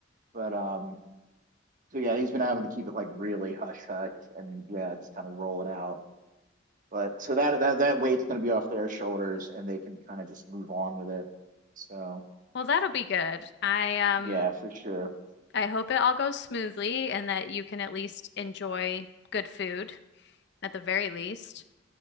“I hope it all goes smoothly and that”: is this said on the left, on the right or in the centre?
Left